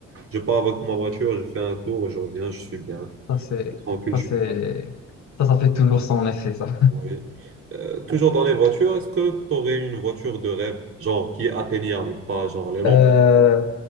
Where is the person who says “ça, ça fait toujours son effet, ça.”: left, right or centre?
Left